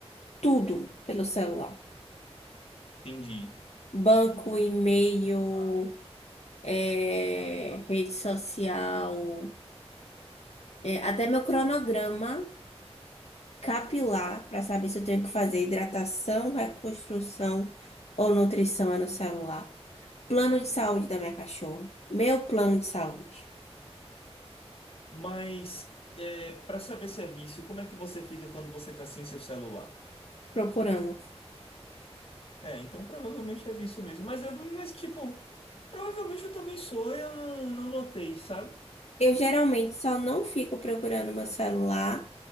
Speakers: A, on the left; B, on the left.
A: tudo pelo celular.
B: Entendi.
A: Banco, e-mail, é, rede social, é, até meu cronograma capilar para saber se eu tenho que fazer hidratação, reconstrução ou nutrição é no celular. Plano de saúde da minha cachorra. Meu plano de saúde.
B: Mas, é, para saber se é vício, como é que você fica quando você tá sem seu celular?
A: Procurando.
B: É, então provavelmente é vício mesmo. Mas, é, mas tipo, provavelmente eu também sou e eu não, não notei, sabe?
A: Eu geralmente só não fico procurando meu celular